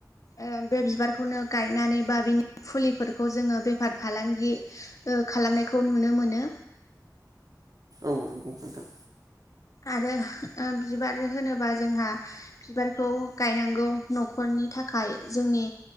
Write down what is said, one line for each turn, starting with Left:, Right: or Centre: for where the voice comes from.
Left: ओ बे बिबारखौनो गायनानै बा बिनि फुलिफोरखौ जोङो बेफार फालांगि ओ खालामनायखौ नुनो मोनो।
Right: औ नंगौ नोंथां
Left: आरो ओ बिबार होनोबा जोंहा बिबारखौ गायनांगौ न'खरनि थाखाय जोंनि